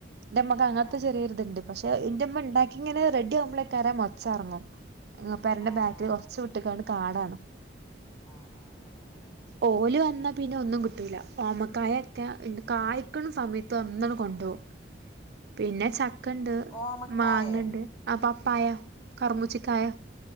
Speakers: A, on the right (about 60°); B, on the left (about 30°).
A: നമുക്ക് അങനത്തെ
B: ആഹ്
A: ചെറിയൊരിതിണ്ട് പക്ഷെ ഇന്റെമ്മ ഉണ്ടാക്കി ഇങ്ങനെ റെഡി ആവുമ്പളേക്കാരി മച്ച എറങ്ങും പെരേന്റെ
B: ആഹ് ആഹ്
A: ബാക്കില് കൊറച്ച് വിട്ട്ക്കാണ്ട് കാടാണ്.
B: ആഹ് ആഹ് ആഹ് ആഹ്
A: ഓല്
B: അത്
A: വന്നാ
B: ശരി
A: പിന്നെ ഒന്നും കിട്ടൂല ഓമക്കായക്കെ കായ്ക്കണ സമയത്ത് വന്നണ കൊണ്ട്പോവും പിന്നെ
B: ഉം
A: ചക്കണ്ട്
B: ഓമക്കായേ
A: മാങ്ങണ്ട് ആ പപ്പായ. കർമ്മുച്ചിക്കായ